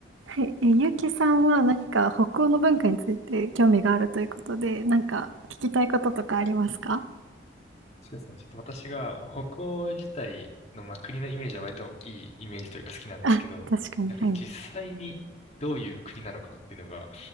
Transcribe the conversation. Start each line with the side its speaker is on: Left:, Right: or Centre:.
Right: はい、えー、ゆうきさんは何か北欧の文化について興味があるということで、何か聞きたいこととかありますか
Left: そうですね。ちょっと私が北欧自体の、まあ、国のイメージは割といいイメージというか好きなんですけど、
Right: あ、確かに、
Left: だから実際にどういう国なのかっていうのが
Right: はい。